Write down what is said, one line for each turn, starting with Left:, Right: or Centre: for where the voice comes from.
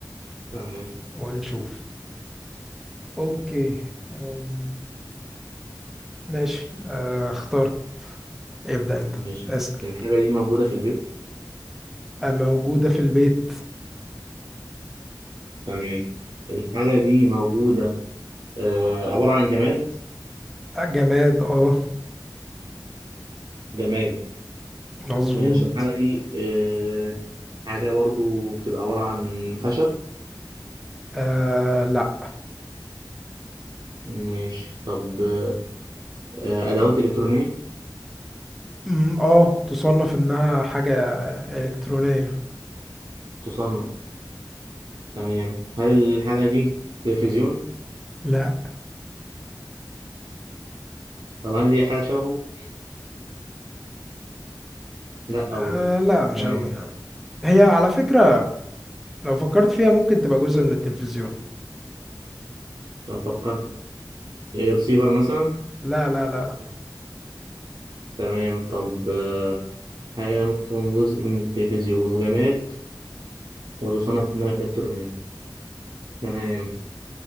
Right: <laughs> تمام
Centre: ونشوف اوكي أم، ماشي آه، اخترت ابدأ انت
Right: ماشي
Centre: اسأل
Right: الحاجة دي موجودة في البيت
Centre: آه، موجودة في البيت
Right: تمام الحاجة دي موجودة آه، عبارة عن جماد
Centre: آه، جماد اه
Right: جماد
Centre: مظبوط
Right: ماشي الحاجة دي آه، حاجة برضو بتبقى عبارة عن خشب
Centre: آه لا
Right: ماشي طب آه، آه، أدوات إلكترونية
Centre: أم، اه تصنف انها حاجة الكترونية
Right: تصنع تمام هل الحاجة دي تلفزيون
Centre: لا
Right: طب هل هي حاجة شبهه لا
Centre: آه
Right: برضو
Centre: لا مش
Right: تمام
Centre: قوي لا هي على فكرة لو فكرت فيها ممكن تبقى جزء من التلفزيون
Right: طب فكرت إيه، رسيفر مثلا
Centre: لا لا لا لا
Right: تمام طب آه، حاجة ممكن تكون جزء من التلفزيون وجماد وتصنف إنها إلكترونية تمام